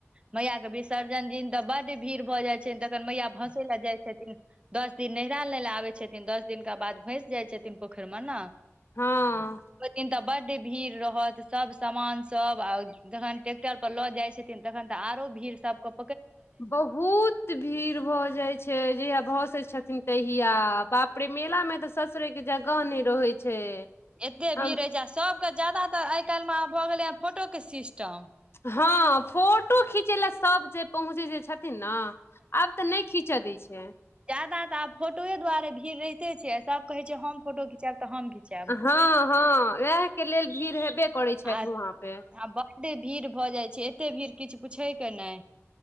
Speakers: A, on the right; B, on the left.
A: मैया के विसर्जन दिन तऽ बड भीड़ भऽ जाइ छनि तखन मैया भसै लए जाइ छथिन दस दिन नैरा लै लए आबै छथिन दस दिनका बाद भैस जाइ छथिन पोखरिमे न
B: हँ
A: ओ दिन तऽ बड्ड भीड़ रहत सब समान सब आ जखन ट्रेक्टर प लऽ जाइ छथिन तखन तऽ आरो भीड़ सबक
B: बहुत भीड़ भऽ जाइ छै जहिया भसै छथिन तहिया बाप रे मेला मे तऽ सस ससरै के जगह नै रहै छै
A: एते
B: हम
A: भीड़ रहय छै सबके जाद तर आइ काल्हि मे भऽ गेलै हँ फोटो के सिस्टम
B: हँ फोटो खींचै लऽ सब जे पहुँचे जे छथि न आब तऽ नै खीचऽ दै छै
A: जादा तऽ आब फोटोए दुआरे भीड़ रहिते छै सब कहै छै हम फोटो घिचाब तऽ हम घिचाब
B: हँ हँ वएह के लेल भीड़ हेबे करै छथि
A: आ
B: वहाँ पे
A: बड्ड भीड़ भऽ जाइ छै एते भीड़ किछु पूछय के नै